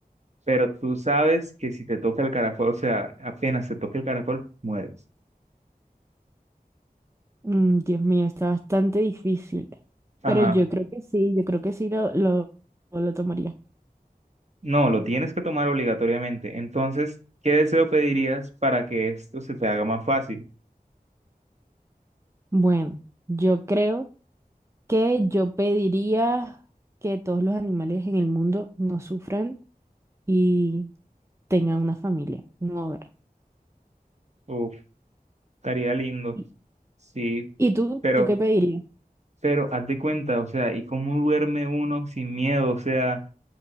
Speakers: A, on the right (about 45°); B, on the right (about 20°).
A: Pero tú sabes que si te toca el caracol, o sea, apenas te toca el caracol, mueres.
B: Mm, Dios mío, está bastante difícil.
A: Ajá.
B: Pero yo creo que sí, yo creo que sí lo, lo, lo tomaría.
A: No, lo tienes que tomar obligatoriamente. Entonces, ¿qué deseo pedirías para que esto se te haga más fácil?
B: Bueno, yo creo que yo pediría que todos los animales en el mundo no sufran y tengan una familia, un hogar.
A: Uf. Estaría lindo,
B: ¿Y,
A: sí,
B: y tú,
A: pero,
B: tú qué pedirías?
A: pero haz de cuenta, o sea, ¿y cómo duerme uno sin miedo? O sea,